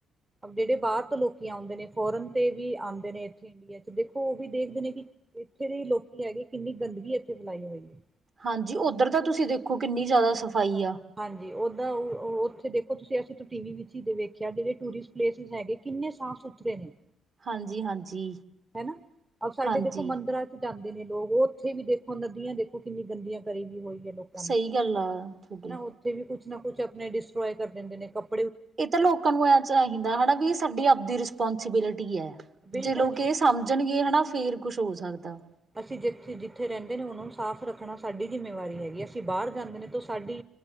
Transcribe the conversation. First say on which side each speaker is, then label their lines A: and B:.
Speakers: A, on the right (about 15°); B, on the right (about 45°).
A: ਜਿਹੜੇ ਬਾਹਰ ਤੋਂ ਲੋਕੀ ਆਉਂਦੇ ਨੇ ਫੋਰਨ ਤੇ ਵੀ ਆਂਦੇ ਨੇ ਇੱਥੇ। ਇੰਡੀਆ ਚ ਦੇਖੋ ਉਹ ਵੀ ਦੇਖਦੇ ਨੇ ਕਿ ਇੱਥੇ ਦੇ ਲੋਕੀ ਹੈਗੇ ਕਿੰਨੀ ਗੰਦਗੀ ਇੱਥੇ ਫੈਲਾਈ ਹੋਈ ਹੈ।
B: ਹਾਂਜੀ ਉੱਧਰ ਤਾਂ ਤੁਸੀਂ ਦੇਖੋ ਕਿੰਨੀ ਜਿਆਦਾ ਸਫਾਈ ਆ।
A: ਹਾਂਜੀ ਓਦਾਂ ਓ ਓ ਉੱਥੇ ਦੇਖੋ ਤੁਸੀਂ ਅਸੀਂ ਤੋ ਟੀ ਵੀ ਵਿੱਚ ਹੀ ਵੇਖਿਆ ਜਿਹੜੇ ਟੂਰਿਸਟ ਪਲੇਸਿਸ ਹੈਗੇ ਕਿੰਨੇ ਸਾਫ਼ ਸੁਥਰੇ ਨੇ।
B: ਹਾਂਜੀ, ਹਾਂਜੀ।
A: ਹੈਨਾ, ਸਾਡੇ
B: ਹਾਂਜੀ
A: ਦੇਖੋ ਮੰਦਿਰਾਂ ਚ ਜਾਂਦੇ ਨੇ ਲੋਕ ਉਹ ਉੱਥੇ ਵੀ ਦੇਖੋ ਨਦੀਆਂ ਦੇਖੋ ਕਿੰਨੀ ਗੰਦੀਆਂ ਕਰੀ ਵੀ ਹੋਈ ਹੈ ਲੋਕ
B: ਸਹੀ ਗੱਲ ਆ ਤੁਹਾਡੀ
A: ਹਨਾ ਉੱਥੇ ਵੀ ਕੁਛ ਨਾ ਕੁਛ ਆਪਣੇ ਡਿਸਟ੍ਰੋਏ ਕਰ ਦਿੰਦੇ ਨੇ ਕੱਪੜਏ
B: ਇਹ ਤਾਂ ਲੋਕਾਂ ਨੂੰ ਐ ਚ ਚਾਹੀਂਦਾ ਹੈਨਾ ਵੀ ਇਹ ਸਾਡੀ ਆਪਦੀ ਰਿਸਪੋਂਸੀਬਿਲਿਟੀ ਐ,
A: ਬਿਲਕੁਲ
B: ਜੇ ਲੋਕ
A: ਜੀ ਬਿਲਕੁਲ
B: ਇਹ ਸਮਝ ਜਣਗੇ ਹਨਾ ਫੇਰ ਕੁਛ ਹੋ ਸਕਦਾ।
A: ਅਸੀਂ ਜਿੱਥੇ ਜਿੱਥੇ ਰਹਿੰਦੇ ਨੇ ਉਹਨਾਂ ਨੂੰ ਸਾਫ਼ ਰੱਖਣਾ ਸਾਡੀ ਜਿੰਮੇਵਾਰੀ ਹੈਗੀ ਅਸੀਂ ਬਾਹਰ ਜਾਂਦੇ ਨੇ ਤੋਂ ਸਾਡੀ